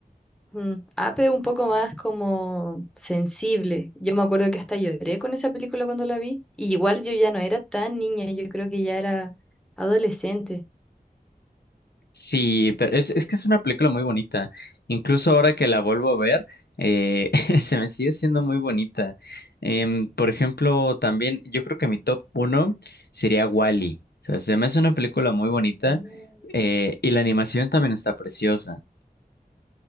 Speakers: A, in the centre; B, on the left.
A: Mm, Ape es un poco más como sensible. Yo me acuerdo que hasta lloré con esa película cuando la vi. Y igual yo ya no era tan niña, yo creo que ya era adolescente.
B: Sí, pero es, es que es una película muy bonita. Incluso ahora que la vuelvo a ver, eh, <laughs> se me sigue siendo muy bonita. Em, por ejemplo, también yo creo que mi top uno sería Wall-E. O sea, se me hace una película muy bonita
A: Mm.
B: eh, y la animación también está preciosa.